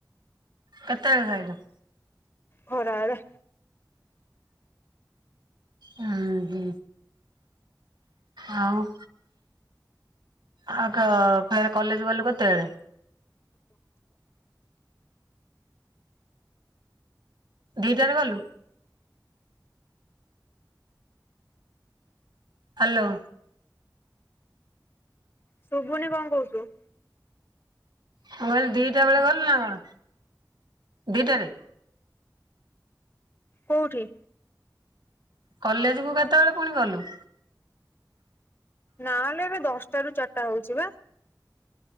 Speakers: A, on the right; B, on the left.
A: କେତେବେଳେ ଖାଇଲୁ?
B: ଖରାବେଳେ।
A: ଉଁ ହୁଁ। ଆଉ ଆଉ କହ ଫେରେ କଲେଜ୍ ଗଲୁ କେତେବେଳେ? ଦିଟାରେ ଗଲୁ? ହାଲୋ।
B: ଶୁଭୁନି କଣ କହୁଚୁ।
A: ମୁଁ କହିଲି ଦିଟା ବେଳେ ଗଲୁ ନା କଣ? ଦିଟାରେ?
B: କୋଉଠି?
A: କଲେଜକୁ କେତେବେଳେ ପୁଣି ଗଲୁ?
B: ନାଁ ଲୋ, ଏବେ ଦଶଟାରୁ ଚାରିଟା ହଉଛି ବା।